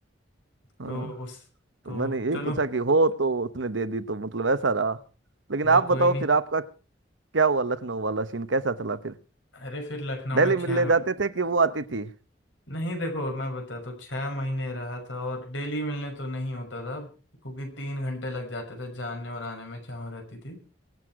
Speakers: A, on the right; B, on the left.
A: हाँ
B: तो उस तो
A: तो मैंने यही
B: चलो
A: पूछा कि हो तो उसने दे दी तो मतलब ऐसा रहा लेकिन
B: चलो
A: आप बताओ
B: कोई नहीं
A: फिर आपका क्या हुआ लखनऊ वाला सीन कैसा चला फिर
B: अरे फिर लखनऊ
A: डेली
B: में छः
A: मिलने
B: म-
A: जाते थे कि वो आती थी तो
B: नहीं देखो मैं बता तो छः महीने रहा था और डेली मिलने तो नहीं होता था क्योंकि तीन घंटे लग जाते थे जाने और आने में जहाँ रहती थी